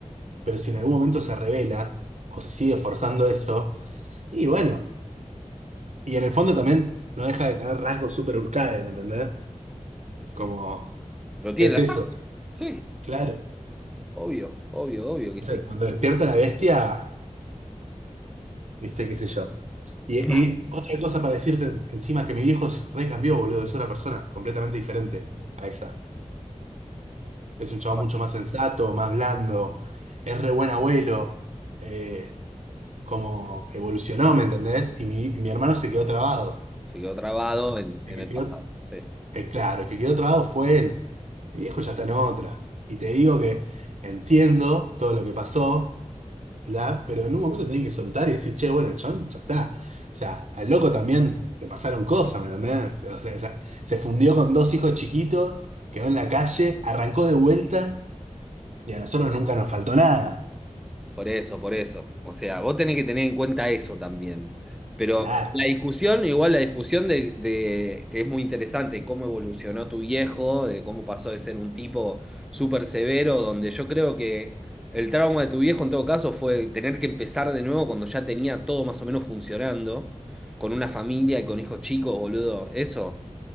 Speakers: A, on the right (about 65°); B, in the centre.
A: pero si en algún momento se revela o se sigue forzando eso, y bueno, y en el fondo también no deja de tener rasgos súper Urcae, ¿me entendés? Como,
B: ¿Lo tiene
A: ¿qué es
B: en
A: eso?
B: la sangre? Sí.
A: Claro.
B: Obvio, obvio, obvio
A: Entonces,
B: que sí.
A: cuando despierta la bestia, viste, qué sé yo. Y,
B: <laughs>
A: y otra cosa para decirte encima que mi viejo se recambió, boludo, es otra persona completamente diferente a esa. Es un chavo
B: Bueno,
A: mucho más sensato, más blando, es re buen abuelo, eh, como evolucionó, ¿me entendés? Y mi, y mi hermano se quedó trabado.
B: se quedó trabado
A: O sea,
B: en,
A: el
B: en
A: que
B: el
A: quedó,
B: pasado. Sí.
A: eh, claro, el que quedó trabado fue él. Mi viejo ya está en otra. Y te digo que entiendo todo lo que pasó, la, pero en un momento tenés que soltar y decir, che, bueno, el chabón ya está. O sea, al loco también le pasaron cosas, ¿me entendés? O sea, o sea, se fundió con dos hijos chiquitos, quedó en la calle, arrancó de vuelta. Y a nosotros nunca nos faltó nada.
B: Por eso, por eso. O sea, vos tenés que tener en cuenta eso también. Pero
A: Claro,
B: la discusión, igual la discusión de, de- que es muy interesante, cómo evolucionó tu viejo, de cómo pasó de ser un tipo súper severo, donde yo creo que el trauma de tu viejo en todo caso fue tener que empezar de nuevo cuando ya tenía todo más o menos funcionando, con una familia y con hijos chicos, boludo. Eso,